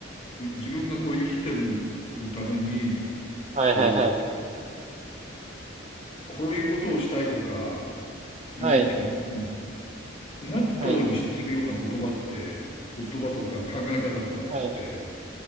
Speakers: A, on the left (about 30°); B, on the right (about 35°).
A: こう自分がこう、生きていくために、
B: はい、
A: こう、
B: はい、はい、
A: こういうことをしたいとかいうときに、
B: はい、
A: モットーにしてるような言葉って、
B: は
A: 言葉とか考え方とかって
B: い、はい。